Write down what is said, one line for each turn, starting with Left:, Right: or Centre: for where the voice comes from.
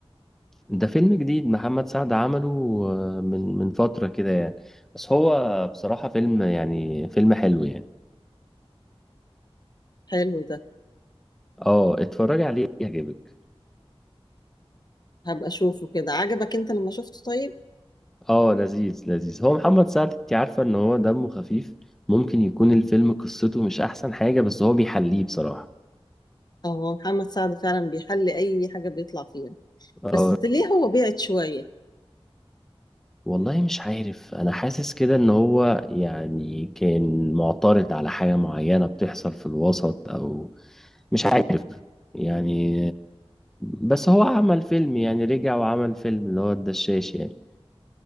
Centre: ده فيلم جديد محمد سعد عمله آه، من من فترة كده يعني بس هو بصراحة فيلم يعني فيلم حلو يعني
Left: حلو ده
Centre: اه اتفرج عليه يعجبك
Left: هبقى اشوفه كده عجبك انت لما شفته طيب
Centre: اه لذيذ لذيذ هو محمد سعد انت عارفة ان هو دمه خفيف ممكن يكون الفيلم قصته مش احسن حاجة بس هو بيحليه بصراحة
Left: اه هو محمد سعد فعلا بيحل اي حاجة بيطلع فيها
Centre: اه
Left: بس ليه هو بعد شوية
Centre: والله مش عارف انا حاسس كده ان هو يعني كان معترض على حاجة معينة بتحصل في الوسط او مش عارف يعني بس هو عمل فيلم يعني رجع وعمل فيلم اللي هو الدشاش يعني